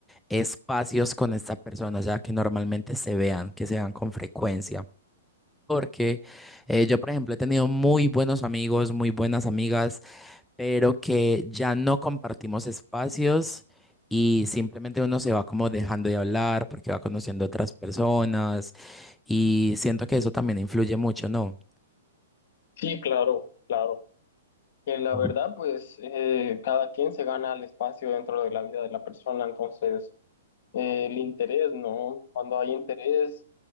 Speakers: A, in the centre; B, on the left.
A: espacios con esta persona, ya que normalmente se vean, que se vean con frecuencia. Porque eh, yo, por ejemplo, he tenido muy buenos amigos, muy buenas amigas, pero que ya no compartimos espacios y simplemente uno se va como dejando de hablar porque va conociendo otras personas y siento que eso también influye mucho, ¿no?
B: Sí, claro, claro. Que la
A: Ujú,
B: verdad, pues eh, cada quien se gana el espacio dentro de la vida de la persona, entonces eh, el interés, ¿no? Cuando hay interés,